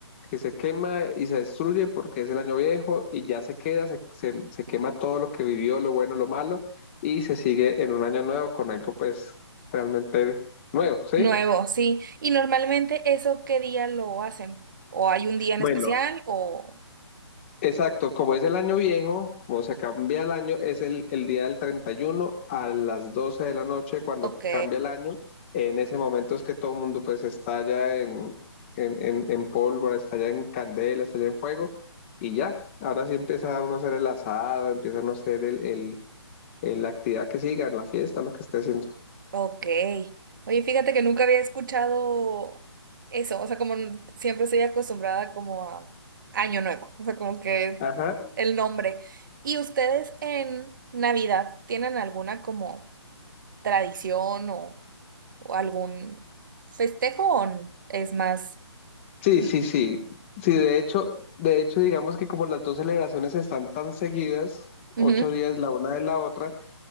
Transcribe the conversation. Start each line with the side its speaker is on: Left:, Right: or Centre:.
Left: que se quema y se destruye porque es el año viejo y ya se queda, se, se, se quema todo lo que vivió, lo bueno, lo malo, y se sigue en un año nuevo con algo pues realmente nuevo, ¿sí?
Right: Nuevo, sí. Y normalmente eso, ¿qué día lo hacen? ¿O hay un día en
Left: Bueno,
Right: especial? O,
Left: Exacto, como es el año viejo, como se cambia el año, es el, el día del 31 a las 12 de la noche cuando
Right: ok.
Left: cambia el año. En ese momento es que todo el mundo pues estalla en, en, en, en pólvora, estalla en candela, estalla en fuego y ya, ahora sí empieza uno a hacer el asado, empieza uno a hacer el, el- el- la actividad que sigan, la fiesta, lo que esté haciendo.
Right: Ok. Oye, fíjate que nunca había escuchado eso. O sea, como n- siempre estoy acostumbrada como a Año Nuevo. O sea, como que
Left: Ajá.
Right: el nombre. ¿Y ustedes en Navidad tienen alguna como tradición o, o algún festejo o n- es más?
Left: Sí,
Right: Mm,
Left: sí, sí. Sí, de hecho, de hecho, digamos que como las dos celebraciones están tan seguidas,
Right: ujú,
Left: ocho días la una de la otra,